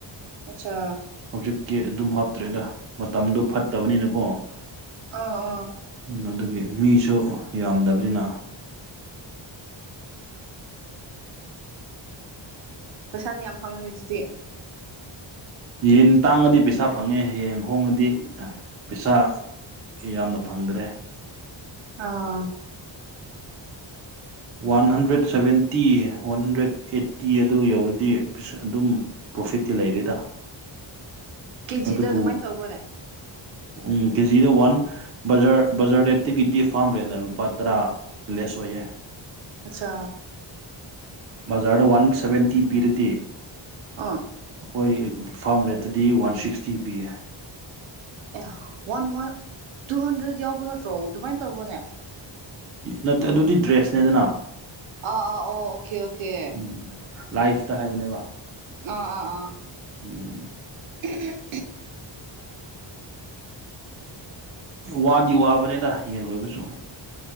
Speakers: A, on the right; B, on the right.
A: ꯑꯆꯥ
B: ꯍꯧꯖꯤꯛꯤ ꯑꯗꯨꯝ ꯍꯥꯞꯇ꯭ꯔꯦꯗ ꯃꯇꯝꯗꯣ ꯐꯠꯇꯕꯅꯤꯅꯀꯣ
A: ꯑꯣ ꯑꯣ
B: ꯎ ꯑꯗꯨꯒꯤ ꯃꯤꯁꯨ ꯌꯥꯝꯗꯕꯅꯤꯅ
A: ꯄꯩꯁꯥꯗꯤ ꯌꯥꯝ ꯐꯪꯉꯅꯤ ꯑꯗꯨꯗꯤ
B: ꯌꯦꯟ ꯇꯥꯡꯉꯗꯤ ꯄꯩꯁꯥ ꯐꯪꯉꯦ ꯌꯦꯟ ꯍꯣꯡꯉꯗꯤ ꯄꯩꯁꯥ ꯌꯥꯝꯅ ꯐꯪꯗ꯭ꯔꯦ
A: ꯑꯥ
B: one hundred seventy one hundred eighty ꯑꯗꯨ ꯌꯧꯔꯗꯤ ꯑꯗꯨꯝ ꯄ꯭ꯔꯣꯐꯤꯠꯇꯤ ꯂꯩꯔꯦꯗ
A: ꯀꯦꯖꯤꯗ
B: ꯑꯗꯨꯕꯨ
A: ꯑꯗꯨꯃꯥꯏꯅ ꯇꯧꯕ꯭ꯔꯣꯅꯦ
B: ꯎꯝ ꯀꯦꯖꯤꯗ ꯋꯥꯟ ꯕꯖꯥꯔ ꯕꯖꯥꯔ ꯔꯦꯠꯇꯒꯤꯗꯤ ꯐꯥꯝ ꯔꯦꯠꯅ ꯂꯨꯄꯥ ꯇꯔꯥ ꯂꯦꯁ ꯑꯣꯏꯌꯦ
A: ꯑꯆꯥ
B: ꯕꯖꯥꯔꯗ ꯋꯥꯟ ꯁꯕꯦꯟꯇꯤ ꯄꯤꯔꯗꯤ
A: ꯑꯥ
B: ꯑꯩꯈꯣꯏ ꯐꯥꯝ ꯔꯦꯠꯇꯗꯤ ꯋꯥꯟ ꯁꯤꯛꯁꯇꯤ ꯄꯤꯌꯦ
A: ꯑꯦ ꯋꯥꯟ ꯋꯥꯟ ꯇꯨ ꯍꯟꯗ꯭ꯔꯦꯗ ꯌꯥꯎꯕ ꯅꯠꯇ꯭ꯔꯣ ꯑꯗꯨꯃꯥꯏꯅ ꯇꯧꯕ꯭ꯔꯣꯅꯦ
B: ꯅꯠꯇꯦ ꯑꯗꯨꯗꯤ ꯗ꯭ꯔꯦꯁꯅꯦꯗꯅ
A: ꯑꯥ ꯑꯥ ꯑꯣ ꯑꯣꯀꯦ ꯑꯣꯀꯦ
B: ꯎꯝ ꯂꯥꯏꯐꯇ ꯍꯥꯏꯕꯅꯦꯕ
A: ꯑ ꯑꯥ ꯑꯥ
B: ꯎꯝ
A: <unintelligible>
B: ꯋꯥꯗꯤ ꯋꯥꯕꯅꯦꯗ ꯌꯦꯟ ꯂꯣꯏꯕꯁꯨ